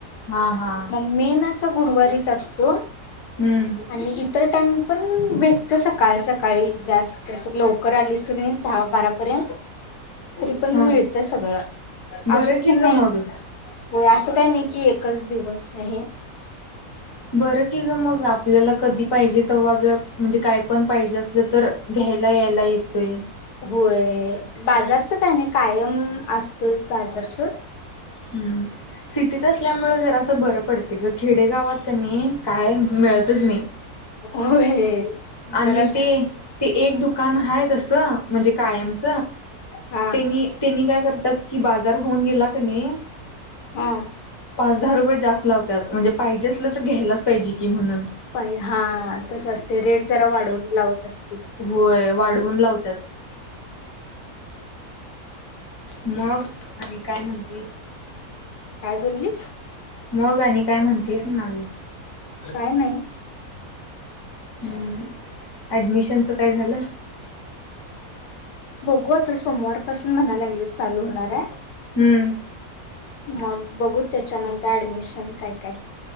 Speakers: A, on the left; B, on the left.
A: हा हा
B: मग मेन असा गुरुवारीच असतो
A: हम्म
B: आणि इतर टण पण भेटतं सकाळ सकाळी जास्त असं लवकर आलीस कणी दहा बारा पर्यंत तरी पण
A: हा
B: मिळत सगळं
A: बरं
B: असं की नाही
A: ग मग
B: होय असं काही नाही की एक एकच दिवस आहे.
A: बरं कि गं मग आपल्याला कधी पाहिजे तव्हा जर म्हणजे काय पण पाहिजे असलं तर घ्यायला यायला येतोय
B: होय बाजार काय नाही कायम असतोच बाजारसोड
A: हम्म सिटीत असल्यामुळे जरासं बर पडतयं गं खेडेगावात कनी काय मिळतच नाही
B: होय
A: आणि
B: जराच
A: ते ते एक दुकान हाय तसं म्हणजे कायमच
B: हा
A: त्यांनी त्यांनी काय करतात की बाजार होऊन गेला कणी
B: हा
A: पाच दहा रुपये जास्त लावत्यात म्हणजे पाहिजे असलं तर घ्यायलाच पाहिजे की म्हणून
B: पै हा तसं असते रेट जरा वाढवून लावत अस
A: होय वाढवून लावत्यात मग आणि काय म्हणतीस?
B: काय बोललीस
A: मग आणि काय म्हणतीस म्हणालोय
B: काय नाही.
A: हम् ऍडमिशनच काय झालं
B: घु आता सोमवार पासून म्हणाय लागलेत चालू होणार हाय
A: हम्म.
B: मग बघू त्याच्यानंतर ऍडमिशन काय काय